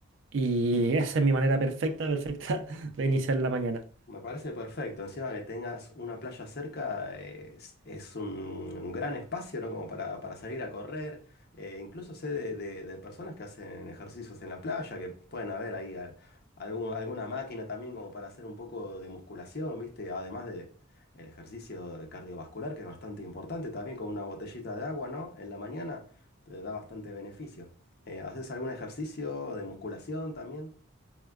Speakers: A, on the right; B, on the left.
A: y esa es mi manera perfecta, perfecta <laughs> de iniciar la mañana.
B: Me parece perfecto. Encima que tengas una playa cerca, eh, es, es un, un gran espacio, ¿no? Como para, para salir a correr. Eh, incluso sé de, de- de personas que hacen ejercicios en la playa, que pueden haber ahí al- algún- alguna máquina también como para hacer un poco de musculación, ¿viste? Además de el ejercicio de cardiovascular, que es bastante importante, también con una botellita de agua, ¿no? En la mañana te da bastante beneficio. Eh, ¿haces algún ejercicio de musculación también?